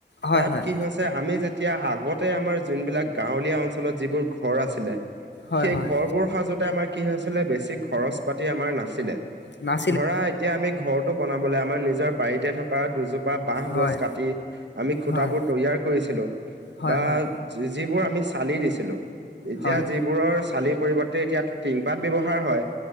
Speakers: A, on the left; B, on the right.
A: হয়
B: তাত
A: হয়
B: কি হৈছে আমি যেতিয়া আগতে আমাৰ যোনবিলাক গাঁৱলীয়া অঞ্চলত যিবোৰ ঘৰ আছিলে।
A: হয়
B: সেই
A: হয়
B: ঘৰবোৰ সাজতে আমাক আছিলে। বেছি খৰচ পাতি আমাৰ নাছিলে।
A: ন
B: ধৰা এতিয়া আমি ঘৰটো বনাবলে আমাৰ নিজৰ বাৰীতে থকা দুজোপা বাহ
A: হয়
B: গছ কাটি আমি খুটাবোৰ
A: হয়
B: তৈয়াৰ কৰিছিলো
A: হয়
B: বা
A: হয়
B: যিবোৰ আমি চালি দিছিলো এতিয়া
A: হয়
B: যিবোৰৰ চালিৰ পৰিবৰ্তে এতিয়া টিংপাত ব্যৱহাৰ হয়